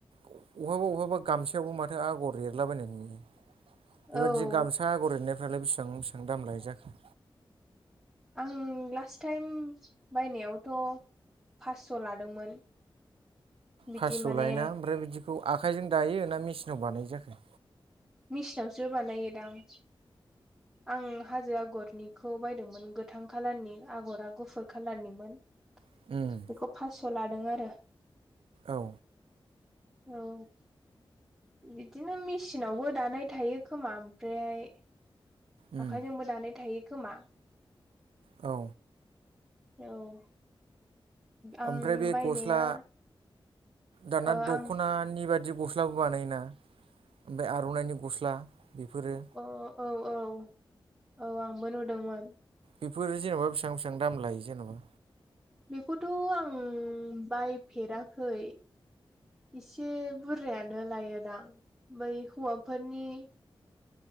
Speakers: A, on the right; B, in the centre.
A: बहाबा बहाबा गामसायावबो माथो आगर एरलाबायनाय नुयो बेबायदि
B: औ
A: गामसा आगर एरनायफ्रालाय बेसेबां बेसेबां दाम लायो जाखो
B: आं लास्ट टाइम बायनायावथ' फासस' लादोंमोन बिदि
A: फास्स'
B: माने
A: लायनाा ओमफ्राय बिदिखौ आखाइजों दायो ना मेसिनाव बानाय जाखो
B: मेसििनावसो बानायोदांं आं हाजो आगरनिखौ बायदोंमोन गोथां खालारनि आगरा गुफुर खाालारनिमोन
A: <inaudible>
B: बेखौ फासस' लादों आरो।
A: औ।
B: औ बिदिनो मेचिनावबो दानाय थायो खोमा ओमफ्राय
A: उम
B: आखाइजोंबो दानाय थायो खोमा
A: औ।
B: औ आं
A: ओमफ्राय बे
B: बायनाया
A: गस्ला दाना
B: ओ
A: दख'नानि
B: आं
A: बाददि गस्ला गस्लाबो बानायोना ओमफ्राय आर'नाइनि गस्ला बेफोरो
B: अ औ औ औ आंबो नुदोंमोन
A: बेफोरो जेनेबा बेसिबां बेसेबां दाम लायो जेनेबा
B: बेखौथ' आं बायफेराखै इसे बुरजायानो लायोदां बै हौवाफोरनि